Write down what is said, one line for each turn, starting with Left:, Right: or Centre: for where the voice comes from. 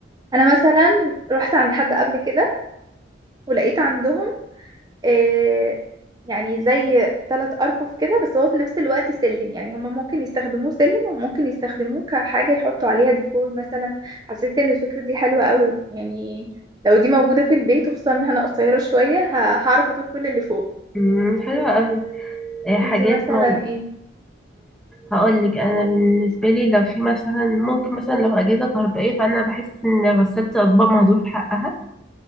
Right: انا مثلا رحت عند حد قبل كده ولقيت عندهم آه يعني زي ثلاث ارفف كده بس هو في نفس الوقت سلم يعني هما ممكن يستخدموه سلم وممكن يستخدموه كحاجة يحطوا عليها ديكور مثلا حسيت ان الفكرة دي حلوة قوي يعني لو دي موجودة في البيت وخصوصا ان انا قصيرة شوية ه- هعرف اطول كل اللي فوق
Centre: مم، حلوة أوي آه، حاجات
Right: انت مثلا
Centre: ما
Right: ايه
Centre: هقول لك انا بالنسبه لي لو في مثلا ممكن مثلا لو اجهزه كهربائيه فانا بحس ان غساله الاطباق مهدور حقها